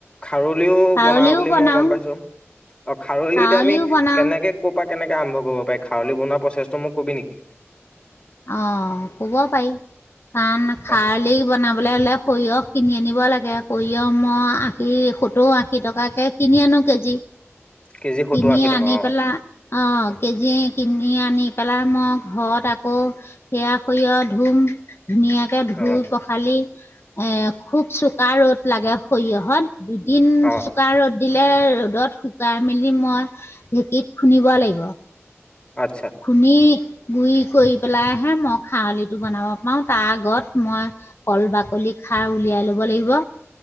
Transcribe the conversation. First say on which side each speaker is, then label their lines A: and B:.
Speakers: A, on the left; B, on the left.
A: খাৰলিও
B: খাৰলিও
A: বনাও বুলি
B: বনাওঁ
A: মই গম পাইছোঁ। অ' খাৰলি
B: খাৰলিও
A: এতিয়া আমি
B: বনাওঁ
A: কেনেকে ক'ৰ পৰা কেনেকৈ আৰম্ভ কৰিব পাৰি খাৰলি বনোৱা প্ৰচেছটো মোক কবি নেকি
B: অ' ক'ব পাৰি। কাৰণ খাৰলি
A: অ
B: বনাবলে হ'লে সৰিয়হ কিনি আনিব লাগে আক' ইয়ো মই আশী- সত্তৰ- আশী টকাকে কিনি আনোঁ কেজি।
A: কেজি সত্তৰ
B: কিনি
A: আশী টকা
B: আনি
A: অ
B: পেলা অ' কেজি কিনি আনি পেলাই মই ঘৰত আকৌ সেয়া সৰিয়হ ধুম। ধুনীয়াকে ধুই
A: অ
B: পখালি এ খুব চোকা ৰ'দ লাগে সৰিয়হত। দুদিন
A: অ
B: চোকা ৰ'দ দিলে ৰ'দত শুকাই মেলি মই ঢেঁকীত খুন্দিব লাগিব।
A: আচ্ছা
B: খুন্দি গুৰি কৰি পেলাইহে মই খাৰলিটো বনাব পাৰো তাৰ আগত মই কল বাকলি খাৰ উলিয়াই ল'ব লাগিব